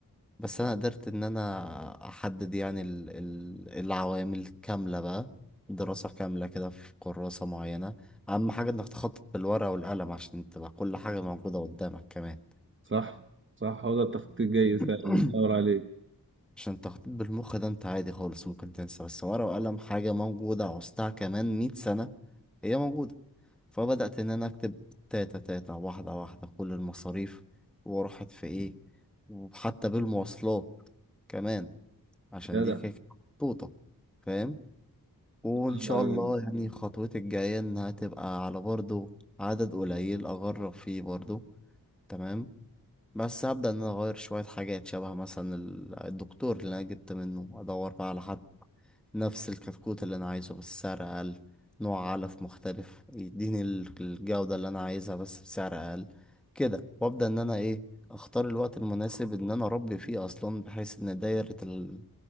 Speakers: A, in the centre; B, on the right.
A: بس انا قدرت ان انا احدد يعني ال... ال... العوامل كاملة بقى دراسة كاملة كده في كراسة معينة اهم حاجة انك تخطط بالورقة والقلم عشان تبقى كل حاجة موجودة قدامك كمان
B: صح صح هو ده التخطيط جاي فعلا
A: <coughs> <clears throat>
B: أدور عليك
A: عشان التخطيط بالمخ ده انت عادي خالص ممكن تنسى بس ورقة وقلم حاجة موجودة عوزتها كمان مية سنة هي موجودة فبدأت إن أنا أكتب تاتا تاتا واحدة واحدة كل المصاريف وراحت في إيه وحتى بالمواصلات كمان عشان
B: جدع
A: دي كده كده محطوطة فاهم وإن
B: الله
A: شاء الله
B: يعينك.
A: يعني خطوتي الجاية إنها تبقى على برضو عدد قليل أجرب فيه برضو تمام بس هبدأ إن أنا أغير شوية حاجات شبه مثلا ال- الدكتور اللي أنا جبت منه أدور بقى على حد نفس الكتكوت اللي أنا عايزه بس سعر أقل نوع علف مختلف يديني ال- الجودة اللي أنا عايزها بس بسعر أقل كده وأبدأ إن أنا إيه أختار الوقت المناسب إن أنا أربي فيه أصلا بحيث إن دايرة ال-